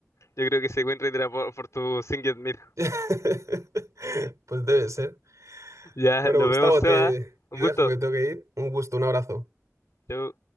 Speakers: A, on the left (about 75°); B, on the right (about 85°).
A: yo creo que ese win rate era por, por tu Singed Mid.
B: <laughs> Pues debe ser.
A: Ya,
B: Bueno,
A: lo
B: Gustavo,
A: vemos, Seba.
B: te, te
A: Un
B: dejo
A: gusto.
B: que tengo que ir. Un gusto, un abrazo.
A: Chau.